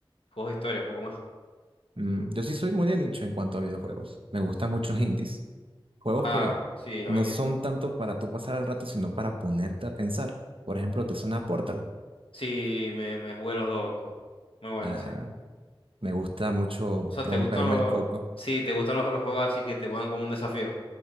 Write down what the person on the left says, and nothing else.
juegos de historia, poco más.
Ah,
sí, los
indies.
Sí, me, me jugué los dos. co- Muy bueno,
sí. O
sea,
¿te gustan los...
Sí, ¿te gustan los, los juegos así que te ponen como un desafío?